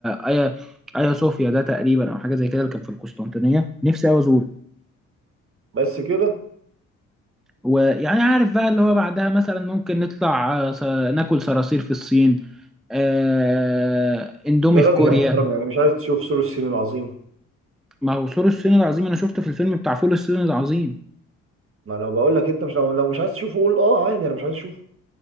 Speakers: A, in the centre; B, on the right.
A: ايا ايا صوفيا ده تقريبا او حاجة زي كده اللي كان في القسطنطينية نفسي اوي ازوره
B: بس كده
A: ويعني عارف بقى اللي هو بعدها مثلا ممكن نطلع آه، س- ناكل صراصير في الصين آه، اندومي
B: يا
A: في
B: راجل
A: كوريا
B: يا محترم يعني مش عايز تشوف سور الصين العظيم
A: ما هو سور الصين العظيم انا شفته في الفيلم بتاع فول الصين العظيم
B: ما انا بقول لك انت مش لو, لو مش عايز تشوفه قول اه عادي انا مش عايز اشوفه